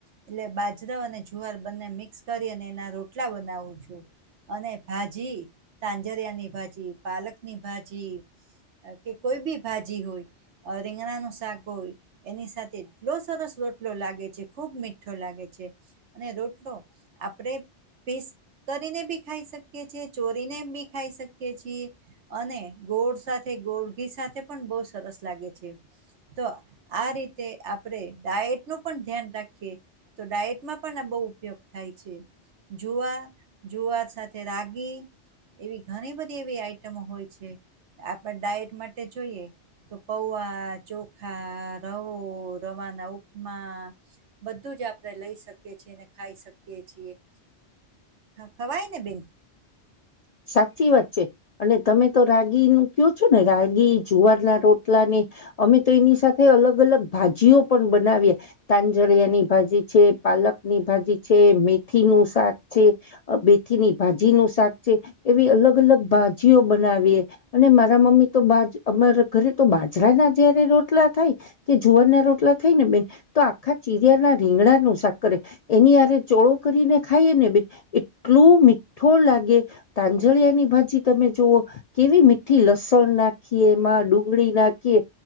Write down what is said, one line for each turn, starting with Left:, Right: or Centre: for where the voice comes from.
Right: એટલે બાજરો અને જુવાર બંને મિક્સ કરી અને એના રોટલા બનાવું છું. અને ભાજી તાંજરિયા ની ભાજી પાલક ની ભાજી- - કે કોઈ બી ભાજી હોય રીંગણા નુ શાક હોય એની સાથે એટલો સરસ રોટલો લાગે છે ખુબ મીઠો લાગે છે અને રોટલો આપડે પેસ કરીને બી ખાઈ શકીએ છેએ ચોરીને બી ખાઈ શકીએ છીએ અને ગોળ સાથે ગોળ ઘી સાથે પણ બહુ સરસ લાગે છે તો આ રીતે આપણેે ડાયટ નું પણ ધ્યાન રાખીએ તો ડાયટમાં પણ આ બહુ ઉપયોગ થાય છે જુઆ જુઆ સાથે રાગી એવી ઘણી બધી એવી આઈટમો હોય છે આપણે ડાયટ માટે જોઈએ તો પૌઆ ચોખા રવો રવાના ઉપમા બધું જ આપડે લઈ શકીએ ખાઈ શકીએ ખવાય ને બેન
Left: સાચી વાત છે અને તમે તો રાગી નું કયો છો ને રાગી જુવારના રોટલા ને અમે તો એની સાથે અલગ અલગ ભાજીઓ પણ બનાવીએ તાંજરિયાની ભાજી છે પાલક પક ની ભાજી છે મેથી નું શાક છે બેથીની ભાજી નું શાક છે એવી અલગ અલગ ભાજીઓ બનાવીએ અને મારા મમ્મી તો બા અમારા ઘરે તો બાજરા ના જયારે રોટલા થાય કે જુવાર ના રોટલા થાય ને બેન તો આખા ચીરિયા ના રીંગણા નુ શાકરે એની આરે ચોળો કરીને ખાઈએ ને બે એટલું મીઠો લાગે તાંજળિયાની ભાજી તમે જુઓ કેવી મીઠી લસણ નાખીએ એમાં ડુંગળી નાખ